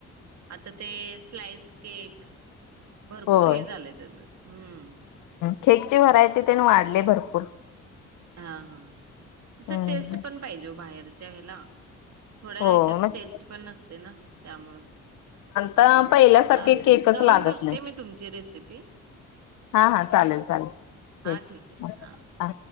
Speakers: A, on the right; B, on the left.
A: आता ते स्लाइस केक. भरपूर
B: होय
A: हे झालंय तेज हम्म.
B: खेकची व्हरायटी, त्यांनी वाढले भरपूर.
A: हां हां तसं
B: हम्म
A: टेस्ट पण पाहिजे हो बाहेरच्या ह्याला. थोड्या
B: हो
A: ह्याच्यात
B: मग
A: टेस्ट पण नसते ना त्यामुळं.
B: अं पहिल्यासारखे
A: चालेल.
B: केकच
A: करून
B: लागत
A: बघते
B: नाय.
A: मी तुमची रेसिपी.
B: हां हां चालेल चालेल
A: हां
B: हे
A: ठीक आहे.
B: हं
A: हां.
B: आ